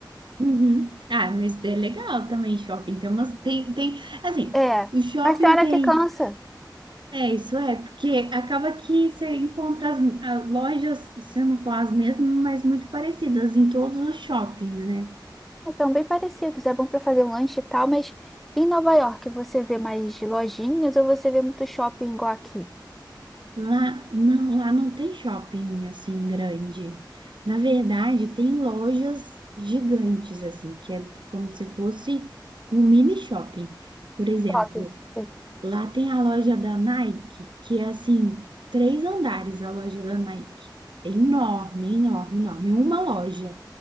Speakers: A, on the right; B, in the centre.
A: Uhum. Ah, mas é legal também shopping. Tem umas, tem, tem, assim,
B: É,
A: o shopping
B: mas tem hora
A: tem.
B: que cansa.
A: É, isso é, porque acaba que você encontra as a- lojas, se não for as mesmas, mas muito parecidas em todos os shoppings, né?
B: Mas São bem parecidos, é bom para fazer um lanche e tal, mas em Nova York você vê mais lojinhas ou você vê muito shopping igual aqui?
A: Lá não, lá não tem shopping assim grande. Na verdade, tem lojas gigantes assim, que é como se fosse um mini shopping. Por exemplo,
B: Shopping. sim.
A: Lá tem a loja da Nike, que é assim, três andares a loja da Nike. É enorme, enorme, enorme. Uma loja.